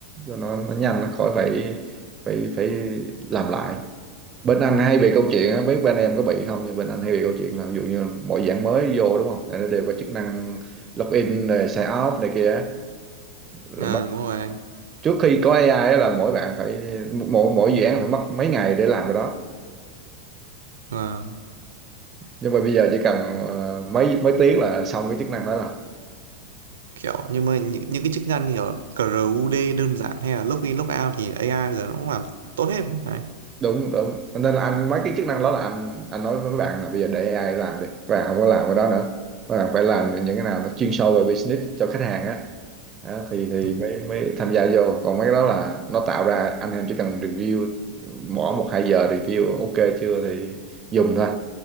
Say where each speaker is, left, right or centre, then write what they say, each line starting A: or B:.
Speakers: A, on the right; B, on the right.
A: cho nó nó nhanh nó khỏi phải phải phải làm lại bên anh hay bị câu chuyện á biết bên em có bị không nhưng bên anh hay bị câu chuyện là ví dụ như là mọi dạng mới vô đúng không là nó đều có chức năng login rồi sign off này kia á
B: À, đúng rồi anh.
A: trước khi có AI á là mỗi bạn phải mỗi mỗi dự án phải mất mấy ngày để làm cái đó
B: À,
A: nhưng mà bây giờ chỉ cần ờ, mấy mấy tiếng là xong cái chức năng đó rồi
B: kiểu nhưng mà những, những cái chức năng như kiểu CRUD đơn giản hay là login logout thì AI bây giờ nó cũng làm tốt hết. Đấy.
A: đúng đúng nên là anh mấy cái chức năng đó là anh anh nói với các bạn là bây giờ để AI làm đi các bạn không có làm cái đó nữa các bạn phải làm những cái nào nó chuyên sâu về business cho khách hàng á Đó, thì thì
B: Ừ.
A: mới mới tham gia vô còn mấy cái đó là nó tạo ra anh em chỉ cần review bỏ một hai giờ review ok chưa thì dùng thôi